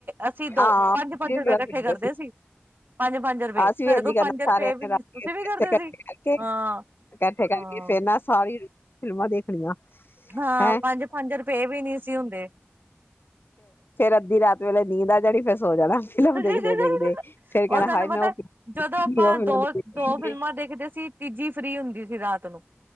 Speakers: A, on the right (about 50°); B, on the left (about 55°).
A: ਅਸੀਂ ਦੋ
B: ਹਾਂ
A: ਪੰਜ
B: ਅਸੀਂ
A: ਪੰਜ
B: ਵੀ
A: ਰੁਪਏ
B: ਬੜਾ
A: ਇਕੱਠੇ
B: ਖੇਡਦੇ
A: ਕਰਦੇ ਸੀ ਪੰਜ ਪੰਜ ਰੁਪਏ
B: ਅਸੀਂ
A: ਸਾਡੇ
B: ਵੀ ਇੰਝ
A: ਕੋਲ
B: ਹੀ ਕਰਨਾ
A: ਪੰਜ ਰੁਪਏ
B: ਸਾਰਿਆਂ
A: ਵੀ
B: ਨੇ ਰਲ
A: ਤੁਸੀਂ
B: ਇਕੱਠੇ
A: ਵੀ ਕਰਦੇ
B: ਕਰਕੇ
A: ਸੀ ਹਾਂ
B: ਇਕੱਠੇ ਕਰਕੇ
A: ਹਾਂ
B: ਫੇਰ ਨਾ ਸਾਰੀ ਫਿਲਮਾਂ ਦੇਖਣੀਆਂ
A: ਹਾਂ
B: ਹੈਂ
A: ਪੰਜ ਪੰਜ ਰੁਪਏ ਵੀ ਨਹੀਂ ਸੀ ਹੁੰਦੇ
B: ਫੇਿਰ ਅੱਧੀ ਰਾਤ ਵੇਲੇ ਨੀਂਦਦਾ ਜਿਹੜੀ ਫ ਹੋ ਜਾਣਾ ਫਿਲਮ
A: ਉਹ
B: ਦੇਖਦੇ ਦੇਖਦੇ ਫੇਰ ਕਹਿਣਾ
A: ਤੁਹਾਨੂੰ
B: ਹਾਏ
A: ਪਤਾ
B: ਮੈਂ ਉਹ
A: ਜਦੋਂ
B: ਦੇਖੀ
A: ਆਪਾਂ
B: ਉਹ ਫਿਲਮ
A: ਦੋ
B: ਦੇਖੀ
A: ਦੋ
B: ਨੀ।
A: ਫਿਲਮਾਂ ਦੇਖਦੇ ਸੀ ਤੀਜੀ ਫ੍ਰੀ ਹੁੰਦੀ ਸੀ ਰਾਤ ਨੂੰ